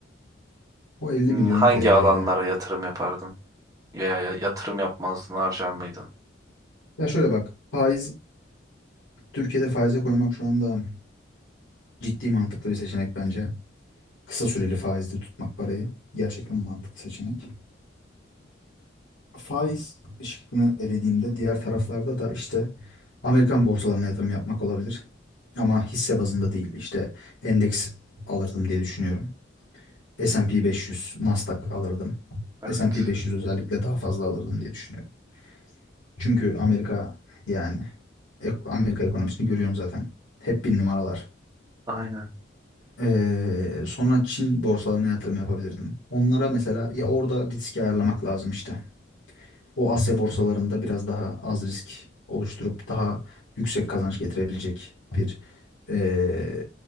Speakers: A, on the left; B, on the right.
A: O 50
B: Hmm,
A: milyon
B: Hangi
A: TL
B: alanlara
A: ile.
B: yatırım yapardın? Veya ya- yatırım yapmazdın, harcar mıydın?
A: Ya şöyle bak faiz Türkiye'de faize koymak şu anda ciddi mantıklı bir seçenek bence. Kısa süreli faizde tutmak parayı gerçekten mantıklı seçenek. Faiz şıkkını elediğimde diğer taraflarda da işte Amerikan borsalarına yatırım yapmak olabilir. Ama hisse bazında değil. İşte endeks alırdım diye düşünüyorum. S&P 500, Nasdaq alırdım.
B: Evet.
A: S&P 500 özellikle daha fazla alırdım diye düşünüyorum. Çünkü Amerika yani ek- Amerika ekonomisini görüyorum zaten. Hep bir numaralar.
B: Aynen.
A: Ee, sonra Çin borsalarına yatırım yapabilirdim. Onlara mesela ya orada riski ayarlamak lazım işte. O Asya borsalarında biraz daha az risk oluşturup daha yüksek kazanç getirebilecek bir ee,